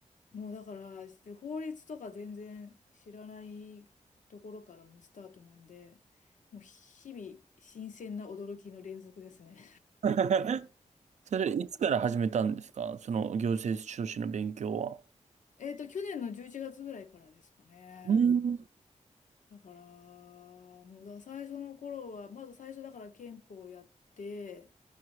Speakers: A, on the left (about 85°); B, on the right (about 70°).
A: もう、だから、して法律とか全然知らないところからのスタートなんで、もう、日々、新鮮な驚きの連続ですね。
B: <laughs> それ、いつから始めたんですかその行政書士の勉強は。
A: <laughs> えっと、去年の11月ぐらいからですかね。
B: うん。
A: だから、もうだから最初の頃は、まず最初だから憲法をやって、